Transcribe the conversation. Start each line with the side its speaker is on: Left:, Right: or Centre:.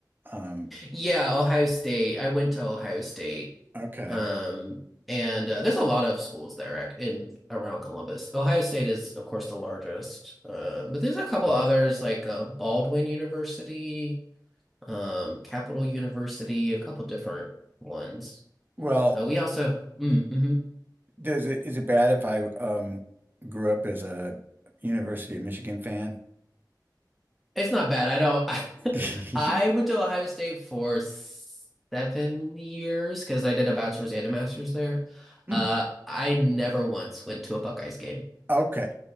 Right: Um,
Centre: Yeah, Ohio State. I went to Ohio State.
Right: okay.
Centre: Um, and uh, there's a lot of schools there ac- in around Columbus. Ohio State is, of course, the largest. Uh, but there's a couple others like uh, Baldwin University, um, Capital University, a couple different ones.
Right: Well,
Centre: Uh, we also, mm, hmm
Right: does it is it bad if I um grew up as a University of Michigan fan?
Centre: It's not bad. I don't.
Right: <laughs>
Centre: <laughs> I went to Ohio State for s- seven years because I did a bachelor's and a master's there.
Right: Mm,
Centre: Uh, I never once went to a Buckeyes game.
Right: Okay.